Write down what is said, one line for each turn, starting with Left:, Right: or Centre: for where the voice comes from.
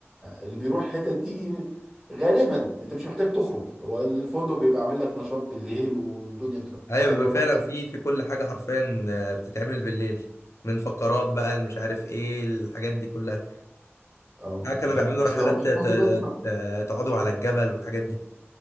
Centre: اللي بيروح الحتت دي غالبا انت مش محتاج تخرج هو الفندق بيبقى عامل لك نشاط بالليل والدنيا بتبقى
Left: ايوه
Centre: حلوه
Left: بيبقى فعلا
Centre: فانت
Left: في في كل حاجه حرفيا آه، بتتعمل بالليل من فقرات بقى اللي مش عارف ايه الحاجات دي كلها
Centre: آم،
Left: لا، كانوا
Centre: بس
Left: بيعملوا رحلات
Centre: لو رحتها
Left: ت- ت-
Centre: دلوقتي مع
Left: ت- تقعدوا على الجبل والحاجات دي